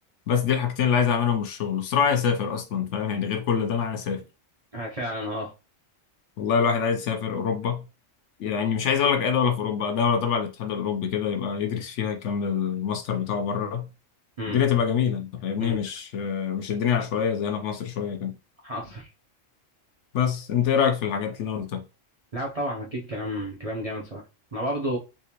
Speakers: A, on the left (about 70°); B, on the right (about 45°).
A: بس دي الحاجتين اللي عايز أعملهم من الشغل والصراحة عايز أسافر أصلا فاهم يعني غير كل ده أنا عايز أسافر
B: آه، فعلا اه
A: والله الواحد عايز يسافر أوروبا يعني مش عايز أقول لك أي دولة في أوروبا دولة تبع الاتحاد الأوروبي كده يبقى يدرس فيها يكمل الماستر بتاعه بره
B: امم
A: الدنيا تبقى جميلة أنت فاهمني
B: امم
A: مش آه، مش الدنيا عشوائية زي هنا في مصر شوية كده
B: حاصل
A: بس انت ايه رايك في الحاجات اللي أنا قلتها
B: لا طبعا اكيد كلام كلام جامد صراحه انا برضو